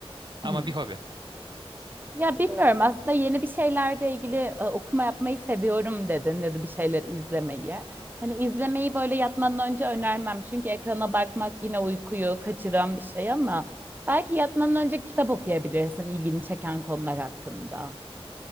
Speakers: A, on the right (about 45°); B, on the right (about 20°).
A: Ama
B: Hı.
A: bir hobi.
B: Ya bilmiyorum aslında yeni bir şeylerle ilgili e, okuma yapmayı seviyorum dedin ya da bir şeyler izlemeyi. Hani izlemeyi böyle yatmadan önce önermem çünkü ekrana bakmak yine uykuyu kaçıran bir şey ama belki yatmadan önce kitap okuyabilirsin ilgini çeken konular hakkında.